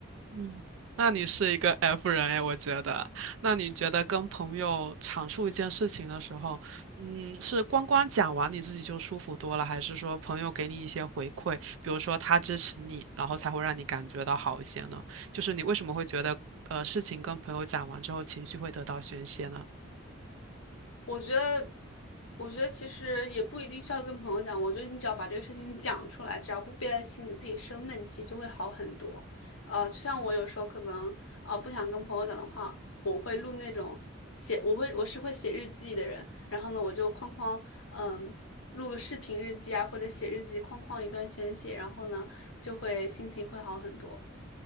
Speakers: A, on the right (about 70°); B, on the left (about 80°).
A: 嗯，那你是一个 F 人哎，我觉得。那你觉得跟朋友阐述一件事情的时候，嗯，是光光讲完你自己就舒服多了，还是说朋友给你一些回馈，比如说他支持你，然后才会让你感觉到好一些呢？就是你为什么会觉得，呃，事情跟朋友讲完之后情绪会得到宣泄呢？
B: 我觉得，我觉得其实也不一定需要跟朋友讲，我觉得你只要把这个事情讲出来，只要不憋在心里，自己生闷气就会好很多。呃，就像我有时候可能啊、呃不想跟朋友讲的话，我会录那种写，我会我是会写日记的人，然后呢，我就哐哐嗯。录个视频日记啊，或者写日记，哐哐一段宣泄，然后呢，就会心情会好很多。